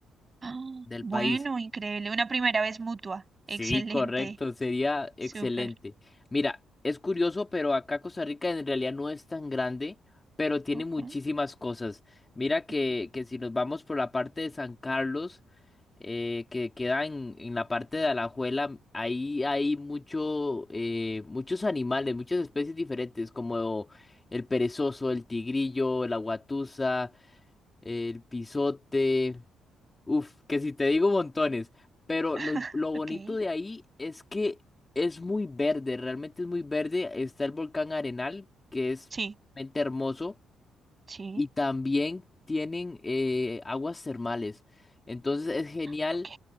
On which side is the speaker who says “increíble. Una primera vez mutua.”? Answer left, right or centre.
Right